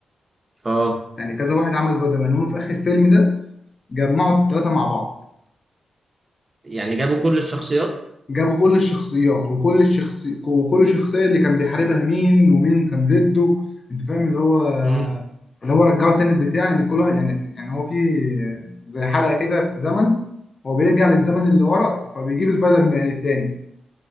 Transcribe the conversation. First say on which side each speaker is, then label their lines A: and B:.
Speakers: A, on the right; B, on the left.
A: اه
B: يعني كذا واحد عمل سبايدر مان هم في اخر الفيلم ده جمعوا الثلاثه مع بعض
A: يعني جابوا كل الشخصيات
B: جابوا كل الشخصيات وكل الشخصي وكل شخصيه اللي كان بيحاربها مين ومين كان ضده انت فاهم اللي هو
A: امم
B: اللي هو رجعه تاني البتاع ان كل واحد يعني يعني هو في زي حلقه كده في زمن هو بيرجع للزمن اللي ورا فبيجيب سبايدر مان التاني